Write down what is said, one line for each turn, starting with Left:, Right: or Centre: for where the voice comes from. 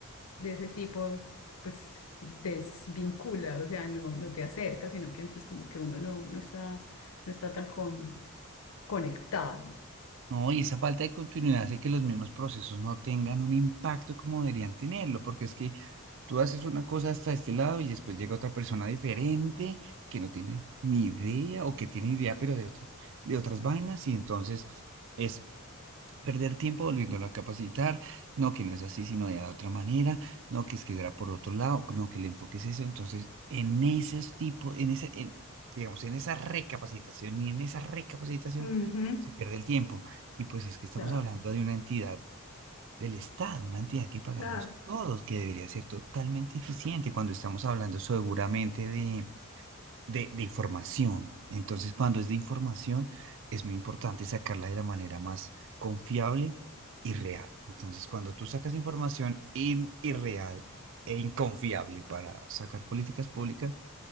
Left: de ese tipo, pues desvincula, o sea, no, no te acerca, sino que antes como que uno no, no está, no está tan con- conectado.
Right: No, y esa falta de continuidad hace que los mismos procesos no tengan un impacto como deberían tenerlo, porque es que tú haces una cosa hasta este lado y después llega otra persona diferente que no tiene ni idea o que tiene idea, pero de otras, de otras vainas, y entonces es perder tiempo volviéndolo a capacitar, no que no es así, sino de la otra manera, no que es que será por otro lado, no que el enfoque es eso. Entonces, en esos tipos, en ese, en- digamos, en esa recapacitación y en esa recapacitación
Left: Ujú,
Right: se pierde el tiempo. Y pues es que estamos
Left: Claro.
Right: hablando de una entidad del Estado, una entidad que pagamos
Left: Claro.
Right: todos, que debería ser totalmente eficiente cuando estamos hablando seguramente de de, de información. Entonces, cuando es de información, es muy importante sacarla de la manera más confiable y real. Entonces, cuando tú sacas información in- irreal e inconfiable para sacar políticas públicas,